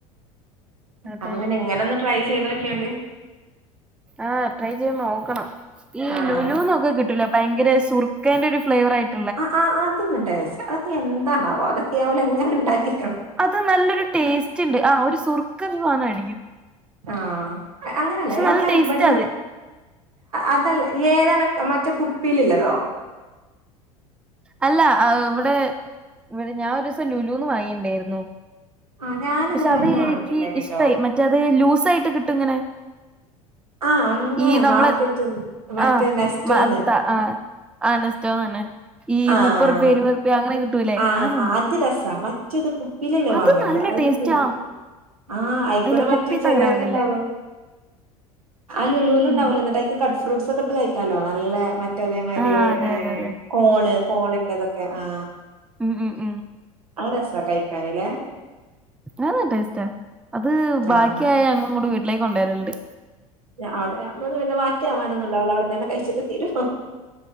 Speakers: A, in the centre; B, on the right.
A: അതെ
B: അപ്പൊ പിന്നെ ഇങ്ങനെ ഒന്ന് ട്രൈ ചെയ്ത് നോക്കിയൊണ്ട്
A: ആഹ് ട്രൈ ചെയ്ത് നോക്കണം ഈ
B: ആഹ്
A: ലുലൂന്നൊക്കെ കിട്ടൂലെ ഭയങ്കര സുർക്കേന്റെ ഒരു ഫ്ലേവർ ആയിട്ട്
B: ആ ആ അത് ഉണ്ടാച്ച <unintelligible> അതൊക്കെ എന്താണാവോ അതൊക്കെ ഓള് എങ്ങനെ ഉണ്ടാക്കി
A: അത് നല്ലൊരു ടേസ്റ്റ് ഉണ്ട് ആ ഒരു സുറക്ക <unintelligible>
B: ആഹ് അങ്ങനെയല്ലേ നമ്മള്
A: നല്ല ടേസ്റ്റ്
B: ഇവിടെന്നാ
A: അത്
B: അതല്ല ഏതാണ് മറ്റേ കുപ്പിയിലുള്ളതോ
A: അല്ല ഇവിടെ ഇവിടെ ഞാൻ ഒരൂസം ലുലുന്ന് വാങ്ങി ഉണ്ടായിരുന്നു
B: ആഹ് ഞാനിതേമാതിരി
A: പക്ഷെ അത്
B: വാങ്ങിണ്ടായിനിട്ടോ
A: ഇക്ക് ഇഷ്ടായി മറ്റേ അത് ലൂസായിട്ട് കിട്ടും ഇങ്ങനെ
B: ആഹ് അങ്ങനെ
A: ഈ നമ്മളെ
B: മാർക്കറ്റ്ന്ന് മറ്റേ
A: ആഹ്
B: നെസ്റ്റോന്ന്
A: മത്ത ആഹ് ആ നെസ്റ്റോ തന്നെ ഈ
B: ആഹ്
A: മുപ്പത് റുപ്യ ഇരുപത് റുപ്യ അങ്ങനെ കിട്ടൂലേ
B: ആഹ്
A: ആ സംഭവം
B: അത് രസാ മറ്റത് ഇല്ലില്ല
A: അത്
B: വാങ്ങലില്ല
A: നല്ല
B: അത്
A: ടേസ്റ്റാ
B: തീ ആ അയിക്കൂടെ
A: അല്ല
B: മറ്റേ
A: കുപ്പിത്ത്
B: ചിലത്
A: അങ്ങനെ വാങ്ങല്ലേ
B: ഉണ്ടാവല്ലോ ആ ലുലു ഉണ്ടാവലോ
A: ഉം.
B: എന്നിട്ട് അയിക്ക് കട്ട് ഫ്രൂസ് ഒക്കെ ഇട്ട് കഴിക്കാലോ നല്ലെ മ മറ്റേ അതേമാതിരി
A: ആ അതെ അതെ അതെ
B: കോണ് കോണിന്റെ ഇതൊക്കെ ആ
A: ഉം ഉം
B: അരസാ കയിക്കാനില്ലേ
A: ആഹ് ടേസ്റ്റാ അത് ബാക്കിയായ
B: ആഹ്
A: ഞങ്ങള് ഇങ്ങോട്ട് വീട്ടിലേക്ക് കൊണ്ട് വരുലുണ്ട്
B: ഞ അത് ഞമ്മളത് അത് പിന്നെ ബാക്കിയാവാനൊന്നും ഉണ്ടാവുല്ല അവിടെന്ന് തന്നെ കഴിച്ചിട്ട് തീരും